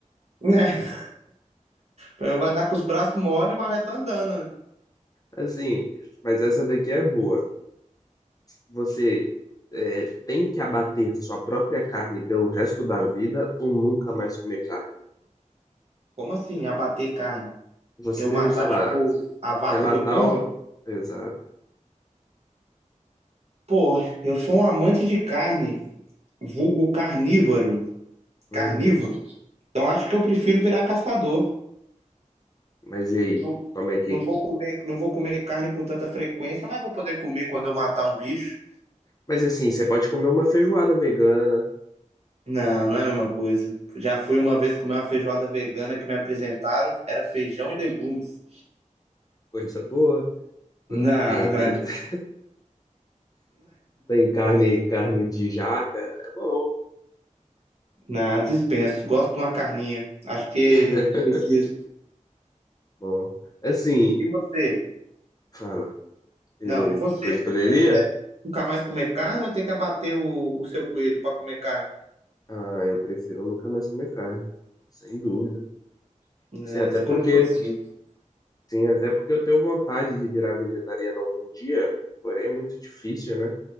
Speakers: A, on the right; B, on the left.
A: <laughs> Eu vai andar com os braços mole, mas vai tá andando, né?
B: Assim, mas essa daqui é boa. Você é, tem que abater sua própria carne pelo resto da vida ou nunca mais comer carne?
A: Como assim, abater carne?
B: Você,
A: Eu matar,
B: sei lá,
A: tipo, a vaca
B: Você matar
A: que eu como?
B: o. Exato.
A: Pô, eu sou um amante de carne, vulgo carnívoro,
B: Uhum.
A: carnívoro. Então acho que eu prefiro virar caçador.
B: Mas e aí?
A: Não,
B: Como é que.
A: não vou comer, não vou comer carne com tanta frequência, mas vou poder comer quando eu matar um bicho.
B: Mas assim, você pode comer uma feijoada vegana,
A: Não, não é a mesma coisa. Já fui uma vez comer uma feijoada vegana que me apresentaram, era feijão e legumes.
B: coisa boa.
A: Não,
B: Tem aquele.
A: velho.
B: <laughs> Tem carne, carne de jaca. É bom.
A: Na dispenso. Gosto de uma carninha. Acho que
B: <laughs>
A: precisa.
B: Bom. Assim,
A: E você?
B: fala. Eu,
A: Não, e você?
B: o que que eu escolheria?
A: Nunca mais comer carne ou tem que abater o, o seu coelho para comer carne?
B: Ah, eu prefiro nunca mais comer carne. Sem dúvida.
A: É,
B: Sim, até
A: escolha
B: porque.
A: consciente.
B: Sim, até porque eu tenho vontade de virar vegetariano algum dia. Porém, é muito difícil, né?